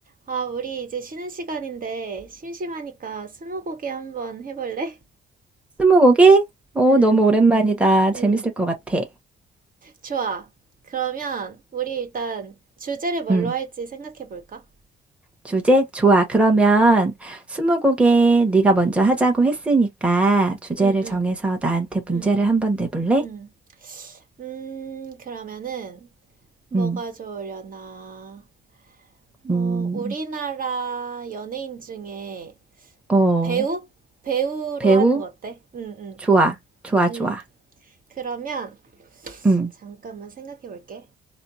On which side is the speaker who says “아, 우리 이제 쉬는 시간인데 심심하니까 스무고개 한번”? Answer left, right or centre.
Right